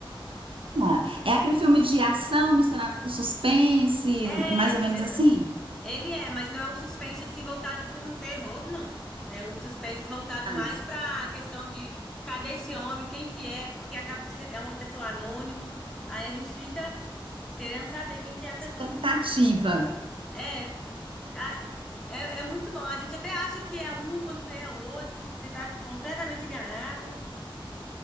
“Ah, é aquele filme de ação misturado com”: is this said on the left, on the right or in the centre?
Right